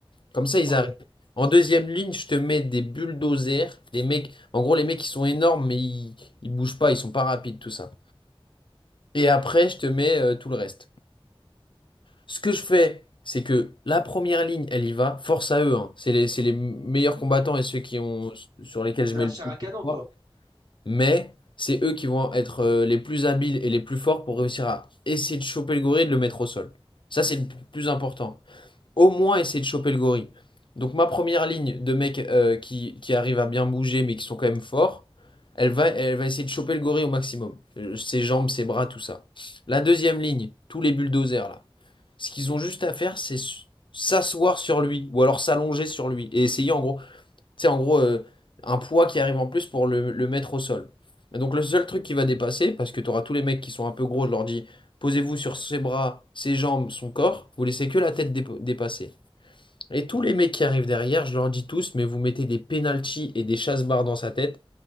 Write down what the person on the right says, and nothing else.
Ouais.
C'est
la
chair
à canon,
quoi.